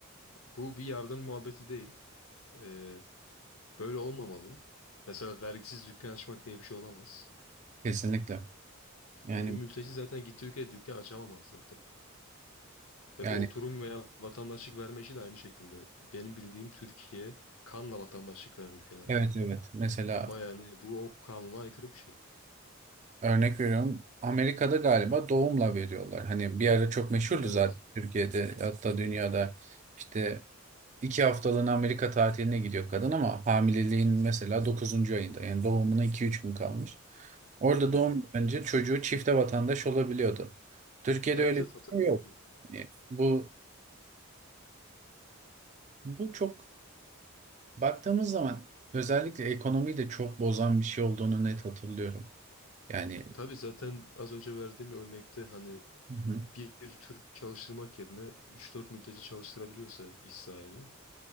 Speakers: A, on the left; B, on the right.
A: Bu bir yardım muhabbeti değil. Ee, böyle olmamalı. Mesela vergisiz dükkan açmak diye bir şey olamaz.
B: Kesinlikle. Yani
A: Bir, bir mülteci zaten gittiği ülkede dükkan açamamalı zaten. Ve
B: yani
A: bu oturum veya vatandaşlık verme işi de aynı şekilde. Benim bildiğim Türkiye kanla vatandaşlık veren ülkelerden.
B: evet evet. Mesela
A: Ama yani bu o kanuna aykırı bir şey.
B: örnek veriyorum. Amerika'da galiba doğumla veriyorlar. Hani bir ara çok meşhurdu
A: Evet.
B: zaten Türkiye'de hatta dünyada işte iki haftalığına Amerika tatiline gidiyor kadın ama hamileliğin mesela dokuzuncu ayında yani doğumuna iki üç gün kalmış. Orada
A: Hı
B: doğum
A: hı.
B: önce çocuğu çifte vatandaş olabiliyordu. Türkiye'de
A: Evet
B: öyle
A: evet
B: bir
A: hatırlıyorum.
B: şey yok. Yani bu bu çok baktığımız zaman özellikle ekonomiyi de çok bozan bir şey olduğunu net hatırlıyorum. Yani
A: Tabii zaten az önce verdiğim örnekte hani
B: hı hı.
A: bir Türk çalıştırmak yerine üç dört mülteci çalıştırabiliyorsa iş sahibi